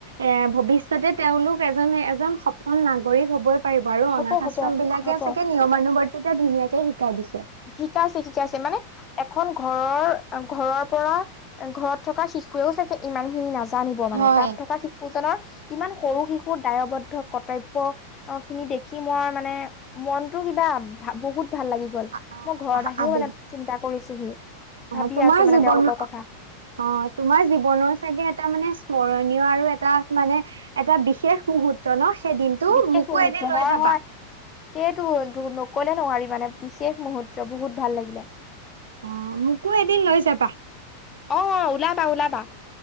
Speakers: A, on the right (about 65°); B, on the left (about 25°).
A: এ, ভৱিষ্যতে তেওঁলোক এজন, এজন সফল নাগৰিক হবই পাৰিব আৰু
B: হ'ব
A: অনাথ
B: হ'ব
A: আশ্ৰম বিলাকে
B: হ'ব
A: চাগে নিয়মানুবৰ্তিতা ধুনীয়াকে শিকাই দিছে।
B: শিকাইছে, শিকাইছে মানে এখন ঘৰৰ-ঘৰৰ পৰা ঘৰত থকা শিশুৱেও চাগে ইমান খিনি নাজা জানিব মানে
A: হয়।
B: তাত থকা শিশুজনৰ, ইমান সৰু শিশুৰ দায়বদ্ধ কৰ্তব্য অ, খিনি দেখি মই মানে, মনতো কিবা ভা, বহুত ভাল লাগি। গল
A: অ',
B: মই ঘৰত আহিও
A: আবেগ
B: মানে চিন্তা কৰিছোহি,
A: অ',
B: ভাবি
A: তোমাৰ
B: আছো মানে
A: জীৱনত
B: তেওঁলোকৰ কথা।
A: অ, তোমাৰ জীৱনৰ চাগে এটা মানে স্মৰণীয় আৰু এটা মানে এটা বিশেষ মুহূৰ্ত ন, সেই দিনটো,
B: বিশেষ
A: মোকো
B: মুহুৰ্ত
A: এদিন লৈ
B: হয়
A: যাবা।
B: হয় সেইটো নকলে নোৱাৰি মানে, বিশেষ মুহূৰ্ত বহুত ভাল লাগিলে।
A: অ, মোকোএদিন লৈ যাবা।
B: অ, অ, ওলাবা ওলাবা।